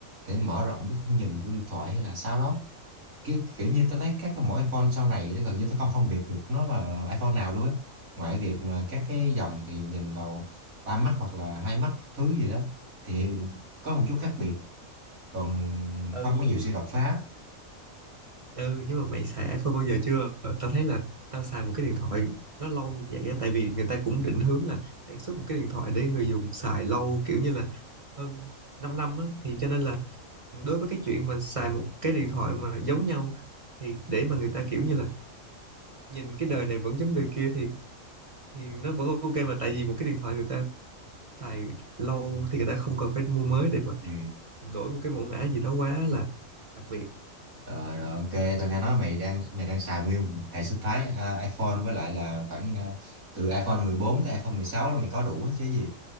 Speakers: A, on the right; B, on the right.
A: để mở rộng cái khung nhìn của điện thoại hay là sau đó kiểu, kiểu như tôi thấy các cái mỗi iPhone sau này nó gần như tôi không phân biệt được nó là iPhone nào luôn á ngoài việc mà các cái dòng thì nhìn đầu ba mắt hoặc là hai mắt các thứ gì đó thì có một chút khác biệt còn
B: ừ
A: không có nhiều sự đột phá
B: ừ nhưng mà mày xài iPhone bao giờ chưa tao thấy là tao xài một cái điện thoại nó lâu như vậy á tại vì người ta cũng định hướng là sản xuất một cái điện thoại để người dùng xài lâu kiểu như là hơn 5 năm á thì cho nên là đối với cái chuyện mà xài một cái điện thoại mà giống nhau thì để mà người ta kiểu như là nhìn cái đời này vẫn giống đời kia thì thì nó vẫn ok mà tại vì một cái điện thoại người ta xài lâu thì người ta không cần phải mua mới để mà
A: ừ.
B: đổi một cái mẫu mã gì đó quá là đặc biệt
A: Rồi rồi ok, tao nghe nói mày đang mày đang xài nguyên hệ sinh thái à, iPhone với lại là khoảng à, từ iPhone 14 tới iPhone 16 là mày có đủ hết chứ gì.